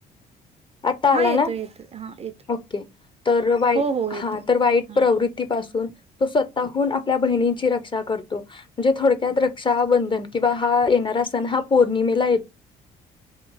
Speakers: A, on the left; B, on the right.
A: आता
B: हा
A: आला
B: येतो,
A: ना
B: येत हा येतोय
A: ओके तर वाई
B: हो हो येतोय
A: हा तर वाईट
B: हा
A: प्रवृतीपासून तो स्वतःहून आपल्या बहिची रक्षा करतो म्हणजे थोडक्यात राबंधन किंवा हा देणारा सण हा पौर्णिमेला य
B: <inaudible>